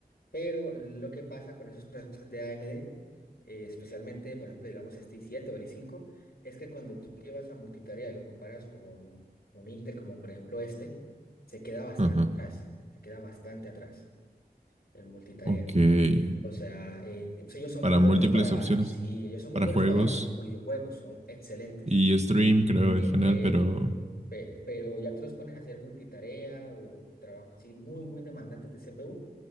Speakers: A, on the left; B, on the right.
A: pero lo que pasa con esos procesadores de AMD, eh, especialmente, por ejemplo, digamos este i7 o el i5, es que cuando tú llevas a multitarea y lo comparas con un Intel como por ejemplo este, se queda bastante
B: ajá.
A: atrás, se queda bastante atrás en multitarea.
B: Ok.
A: O sea, eh, ellos son
B: Para
A: muy buenos
B: múltiples
A: para,
B: opciones,
A: sí, ellos son muy
B: para
A: buenos
B: juegos
A: para videojuegos, son excelentes.
B: y stream, creo,
A: Eh,
B: en general,
A: eh,
B: pero...
A: pe- pero ya te los pones a hacer multitarea o trabajos así muy, muy demandantes de CPU